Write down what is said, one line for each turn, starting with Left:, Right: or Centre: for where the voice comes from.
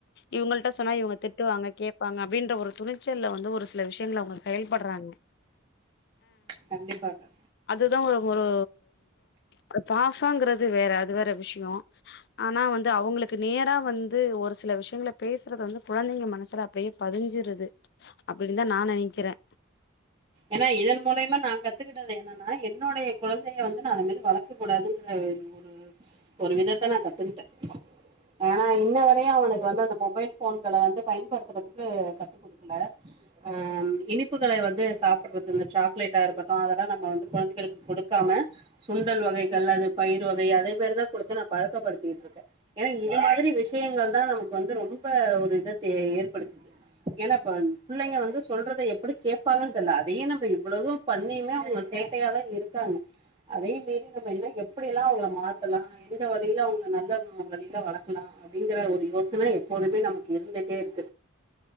Left: இவங்கள்ட்ட சொன்னா இவங்க திட்டுவாங்க கேப் அவங்க அப்படின்றெ ஒரு துணிச்சல்ல வந்து ஒரு சில விஷயங்கள்ல அவங்க செயல்படுறாங்க
Right: கண்டிப்பாக
Left: இதா ஒரு ஒரு ஒரு பாசங்குறது வேற அது வேற விஷயோ ஆனா வந்து அவங்களுக்கு நேரா வந்து ஒரு சில விஷயங்கள பேசுறது வந்து குழந்தைங்க மனசுல அப் அப்டியே பதிஞ்சிடுது அப்டின்னுதா நா நெனைக்கிறே
Right: ஏன்னா இதன் மூலமா நா கத்துக்கிட்டது என்னன்னா என்னுடைய குழந்தைய வந்து நா அது மாரி வளக்க கூடாதுன்ற ஒரு ஒரு விதத்த நான் கத்துக்கிட்டே ஆனா இன்ன வரையு அவனுக்கு வந்து அந்த மொபைல் ஃபோன்கள வந்து பயன்படுத்துறதுக்கு கத்து குடுக்கல அஹ் இனிப்புகள வந்து சாப்பிடுறதுக்கு இந்த சாக்லேட்டா இருக்கட்டும் அதெல்லாம் நம்ம வந்து குழந்தைகளுக்கு குடுக்காம சுண்டல் வகைகள் அது பயிர் வகை அதே மாரி தான் குடுத்து நான் பழக்கப்படுத்திட்டு இருக்கேன் ஏன்னா இது மாரி விஷயங்கள் தான் நமக்கு வந்து ரொம்ப ஒரு இத தே ஏற்படுத்துது ஏன்னா இப்ப பிள்ளைங்க வந்து சொல்றத எப்டி கேடப்பாங்கன்னு <unintelligible> அதையும் நம்ப இவ்வளவும் பண்ணியுமே அவங்க சேட்டையாதான் இருக்காங்க அதே மீரீ நம்ம என்ன எப்படில்லாம் அவங்கள மாத்தலாம் எந்த வழியில அவங்க நல்ல வழியில வளர்க்கலாம் அப்படிங்கிற ஒரு யோசனை எப்போதுமே நமக்கு இருந்துட்டே இருக்கு